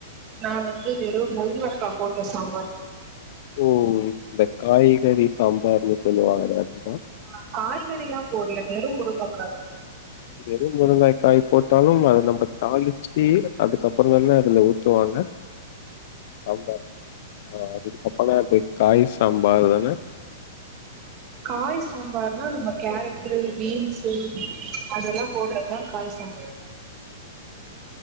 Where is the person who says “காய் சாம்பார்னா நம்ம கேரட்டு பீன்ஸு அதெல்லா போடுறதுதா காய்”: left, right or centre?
Right